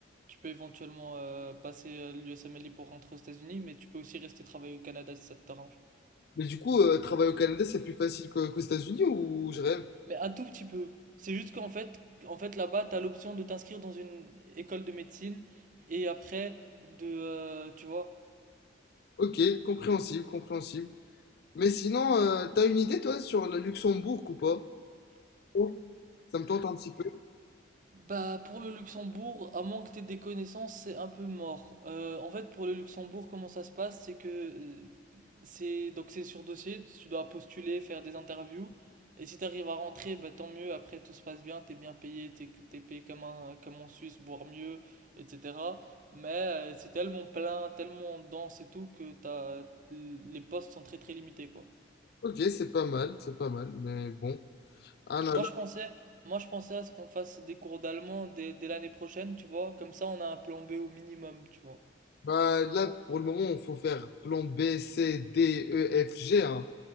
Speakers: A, on the right; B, on the left.
A: tu peux éventuellement euh, passer l'USMLE pour rentrer aux États-Unis, mais tu peux aussi rester travailler au Canada si ça t'arrange.
B: Mais du coup, euh, travailler au Canada, c'est plus facile que- qu'aux États-Unis ou je rêve?
A: Mais un tout petit peu. C'est juste qu'en fait en fait là-bas t'as l'option de t'inscrire dans une école de médecine et après de euh, tu vois
B: Ok, compréhensible, compréhensible. Mais sinon, euh, t'as une idée toi sur le Luxembourg ou pas? Oh, Ça me tente un petit peu.
A: Bah, pour le Luxembourg, à moins que t'aies des connaissances, c'est un peu mort. Euh, en fait, pour le Luxembourg, comment ça se passe, c'est que euh, c'est donc c'est sur dossier, tu dois postuler, faire des interviews, et si t'arrives à rentrer, bah tant mieux. Après, tout se passe bien, t'es bien payé, t'es t'es payé comme un comme en Suisse, voire mieux, etc. Mais euh, c'est tellement plein, tellement dense et tout que t'as les postes sont très très limités, quoi.
B: Ok, c'est pas mal, c'est pas mal, mais bon. Ah non,
A: Moi
B: là,
A: je pensais, moi je pensais à ce qu'on fasse des cours d'allemand dès, dès l'année prochaine, tu vois, comme ça on a un plan B au minimum, tu vois.
B: bah, là, pour le moment, il faut faire plan B, C, D, E, F, G. hein.